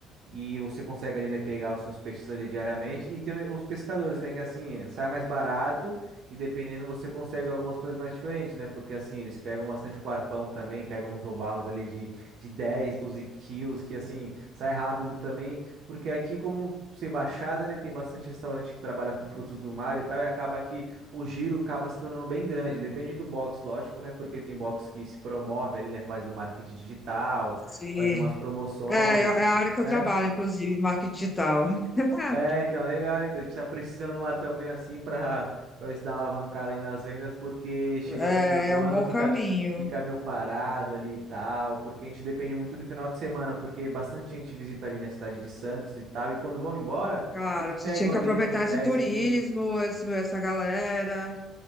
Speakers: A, on the right; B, on the left.
A: e você consegue ali, né, pegar os seus peixes ali diariamente. E tem os pescadores, né, que assim, sai mais barato e dependendo você consegue algumas coisas mais diferentes, né? Porque assim, eles pegam bastante com arpão também, pegam uns robalos ali de, de 10 12 quilos, que assim, sai rápido também. Porque aqui, como ser baixada, né, tem bastante restaurante que trabalha com frutos do mar e tal, e acaba que o giro acaba se tornando bem grande. Depende do box, lógico, né? Porque tem box que se promove ali, né, faz o marketing digital,
B: Sim.
A: faz umas promoções.
B: É, é é a área que eu
A: né?
B: trabalho, inclusive, marketing digital. <laughs>
A: É, então, legal, então a gente tá precisando lá também, assim, pra, pra ver se dá uma alavancada aí nas vendas, porque chega
B: É,
A: assim meio do
B: é um
A: ano,
B: bom
A: fica,
B: caminho.
A: fica meio parado ali e tal, porque a gente depende muito do final de semana, porque bastante gente visita ali na cidade de Santos e tal, e quando vão embora,
B: Cara,
A: eles pegam
B: você tinha que
A: ali,
B: aproveitar
A: né, uns 10
B: esse turismo,
A: quilos.
B: esse, essa galera,